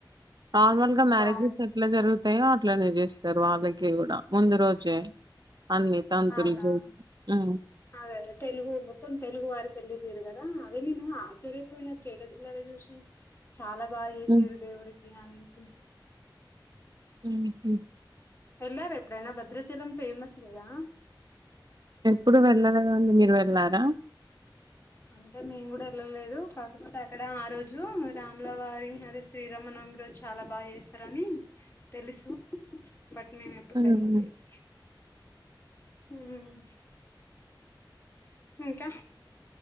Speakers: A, on the right (about 60°); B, on the left (about 30°).
A: నార్మల్గా మ్యారేజెస్
B: బాగుంది
A: లో ఎట్లా జరుగుతాయో అట్లనే చేస్తారు వాళ్ళకి కూడా ముందు రోజే అన్ని తంతులు
B: అవునవును
A: చేసి హా
B: అదే అదే తెలుగు మొత్తం తెలుగు వారి పెళ్ళి తీరు కదా అదే నేను ఆశ్చర్యపోయిన స్టేటస్లలా చూసి చాలా బాగా చేసారు
A: హ్మ్.
B: దేవుడికి అనేసి
A: ఉమ్ హు
B: వెళ్లారా ఎప్పుడైనా భద్రాచలం ఫేమస్ కదా
A: ఎప్పుడు వెళ్లలేదండి మీరు వెళ్లారా
B: అంటే మేం కూడా వెళ్ళలేదు కాకపోతే అక్కడ ఆ రోజు రాములవారి అదే శ్రీరామనవమి రోజు చాలా బాగా చేస్తారని తెలుసు బట్ మేము ఎప్పుడు
A: హ్మ్.
B: వెళ్ళలేదు హమ్ ఇంకా